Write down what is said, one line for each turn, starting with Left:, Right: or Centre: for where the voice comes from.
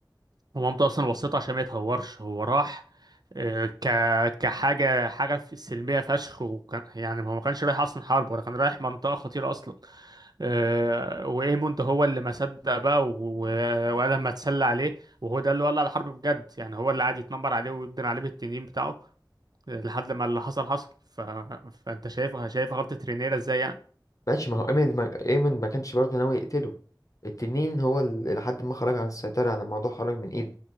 Right: هو مامته اصلا وصيته عشان ما يتهورش هو راح آه، ك كحاجه حاجه في- سلميه فشخ وكان يعني هو ما كانش رايح اصلا حرب ولا كان رايح منطقه خطيره اصلا آه، وايموند هو اللي ما صدق بقى و- و- وقال لما اتسلى عليه وهو ده اللي ولع الحرب بجد يعني هو اللي قعد يتنمر عليه ويبدن عليه بالتنين بتاعه آه، لحد ما اللي حصل حصل ف... فانت شايف شايف غلطه رينيرا ازاي يعني.
Left: ماشي ما هو ايمن ما ايمن ما كانش برضه ناوي يقتله التنين هو اللي لحد ما خرج عن السيطرة يعني الموضوع خرج من ايده